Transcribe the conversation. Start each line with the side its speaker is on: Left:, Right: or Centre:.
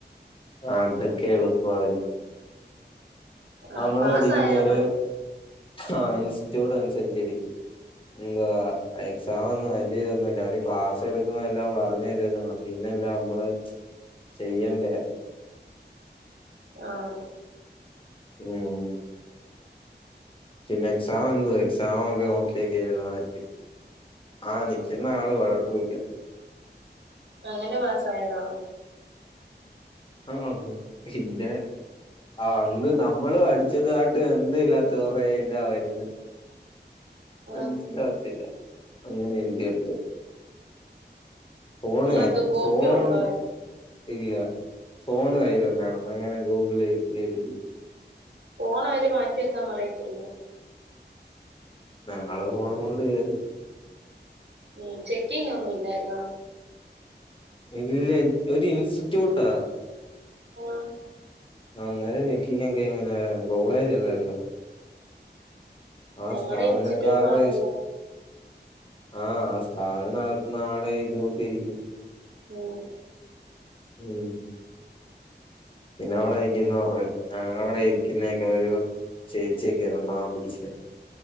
Left: ആതൊക്കെ എളുപ്പമായിരുന്നു
Right: ആ
Left: നമ്മള്
Right: പാസ്സായാ
Left: പഠിക്കുന്നര്
Right: മതി
Left: ആഹ് ഇൻസ്റ്റിറ്റ്യൂട്ട് അനുസരിച്ചാരിക്കും എന്തുവാ എക്സാമൊന്നും വല്ല്യ ഇതൊന്നുമല്ല അവര് ക്ലാസ് എടുക്കുമ്പോ എല്ലാം പറഞ്ഞ് തരുന്നൊള്ളൂ പിന്നെല്ലമ്മള് ചെയ്യാ <unintelligible>
Right: ആഹ്
Left: ഉം പിന്നെ എക്സാമെന്തു എക്സാം ഒക്കെ നോക്കി എഴുതാൻ പറ്റും ആഹ് നിക്കുന്ന ആള് കൊഴപ്പൂല്ല
Right: അങ്ങനെ പാസായതാണോ
Left: ആഹ് പിന്നെ ആ അന്ന് നമ്മള് അടി ച്ചതായിട്ട് എന്തെയില്ലാത്ത കൊറേ എഴുതാൻ വരുന്ന് മൻസ്സിലാകത്തില്ല
Right: ആ
Left: അങ്ങനെ എഴുതിയെടുത്തു ഫോണ്
Right: നിങ്ങളെന്തോ
Left: കേറ്റ
Right: കോപ്പി
Left: ഫോണ്
Right: കൊണ്ടുപോയോ
Left: ഇല്ല ഫോണ് കയ്യിലുണ്ടായിരുന്നു അങ്ങനെ ഗൂഗിളെ എഴുതി
Right: ഫോണവര് മാറ്റി വെയ്ക്കാൻ പറയത്തില്ലേ
Left: ഞങ്ങള് ഫോണും കൊണ്ട് കേറി
Right: ഉം ചെക്കിങ്ങൊന്നും ഇല്ലേനിയോ
Left: ഇല്ലെ ഒരു ഇൻസ്റ്റിറ്റ്യൂട്ടാ
Right: ഉം
Left: അന്നേരം ചെക്കിങ്ങക്കെ എങ്ങനെ വെരാനാ കോളേജ് അല്ലല്ലോ ആ
Right: ഞങ്ങളുടെ
Left: സ്ഥാപാനക്കാറെയി
Right: ഇൻസ്റ്റിറ്റ്യൂട്ട് ആണല്ലോ
Left: ആഹ് ആ സ്ഥാപനം നടത്തുന്ന ആളെ കൂട്ടിരിക്കും
Right: ഉം
Left: ഉം പിന്നെ അവടെ നിക്ക്യുന്നവറ് ഞങ്ങളവടെ ഇരിക്ക്യുന്നക്കേ ഒരു ചേച്ചിയെക്കെയാ പാവം പിടിച്ചെ